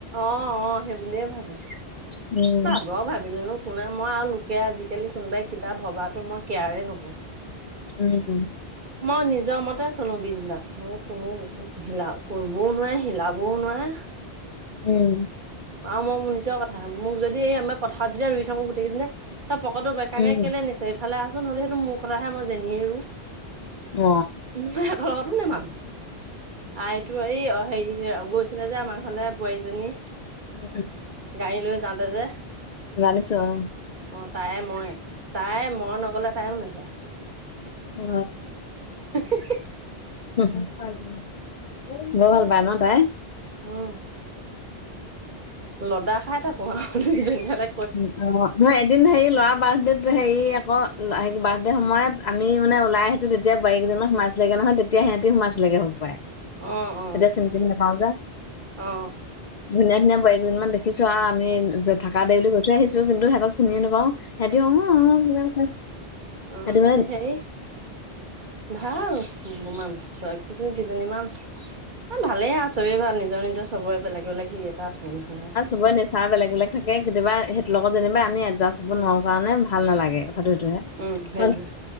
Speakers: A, on the right (about 50°); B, on the left (about 45°).
A: অ অ সেই বুলিয়ে ভাবে
B: উম
A: ভাবক ভাবিলনো শোনে মই আৰু লোকে আজিকালি কোনোবাই কিবা ভবাটো মই কেয়াৰেই নকৰো।
B: উম।
A: মই নিজৰ মতে চলো বিন্দাচ মোৰ কোনো একো হিলা, কৰিবও নোৱাৰে সিলাবও নোৱাৰে।
B: উম।
A: আহ মই মোৰ নিজৰ কথা, মোক যদি এই আমি পথাৰ যেতিয়া ৰুই থাকো গোটেইকেজনী তই পকটো ব কাকে
B: উম
A: কেলে নিচ ইফালে আহচোন হ'লে সেইটো মোৰ কথাহে মই যেনিয়ে ৰু,
B: অ
A: উ হেতলগতো নাই মানুহ আই, ত এই হেৰি গৈছিলে যে আমাৰ ঘৰলে বোৱাৰীজনী,
B: উম উম।
A: গাড়ী লৈ যাওতে যে,
B: জানিছো অ।
A: অ তাই মই, তাই মই নগলে তাইও নাযায়।
B: অ,
A: হ <unintelligible>
B: উম, বৰ ভাল পায় ন তাই?
A: উম, লদা খাই থাকো আৰু দুই জনীয়ে তাতে,
B: <unintelligible> নহয় এদিন হেৰি ল'ৰা বাৰ্থডে হেৰি আকৌ হে বাৰ্থডেৰ সময়ত আমি মানে ওলাই আহিছো তেতিয়া, তেতিয়া বোৱাৰীকেইজনী মান সোমাইছিলেগে নহয়, তেতিয়া সিহঁতি সোমাইছিলেগে হপাই।
A: অ অ
B: তেতিয়া চিনি তিনি নাপাওঁ যে।
A: অ
B: ধুনীয়া ধুনীয়া বোৱাৰীকেইজনী মান দেখিছো আৰু আমি থাকা দেই বুলি কৈ থৈ আহিছো, কিন্তু সিহতক চিনি নাপাও। সিহঁটোও অ অ সেটি
A: অ সিহঁতি
B: মানে।
A: হেৰি ভাল মান কি কিজনীমান। ভালেই আৰু চবেই ভাল নিজৰ নিজৰ চবৰে বেলেগে বেলেগ ই এটা আছে নহয় আৰু
B: চবৰে নেচাৰ বেলেগ বেলেগ। থাকে কেতিয়াবা, সেইটোৰ লগত যেনিবা আমি এডজাষ্ট হ'ব নোৱাৰোঁ কাৰণে ভাল নালাগে কথাটো সেইটোহে।
A: উম সেইটোৱে,
B: নহয়?